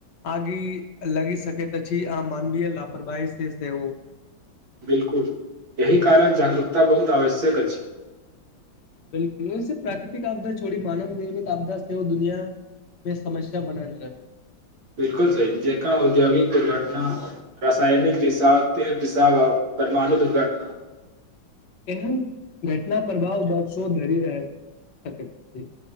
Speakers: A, on the left (about 60°); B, on the right (about 75°).
A: आगि लगि सकैत अछि आ मानवीय लापरवाही से से ओ
B: बिल्कुल एहि कारण जागरूकता बहुत आवश्यक अछि
A: बिलकुलेसँ प्राकृतिक आपदा छोड़ी मानव निर्मित आपदा सेहो ओ दुनिया बे समस्या बनल रह
B: बिलकुल सही जेकां औद्योगिक दुर्घटना रसायनिक रिसाव तेल <unintelligible> परमाणु दुर्घटना
A: एहन घटना प्रभाव बाद शो धरि रह सकय छी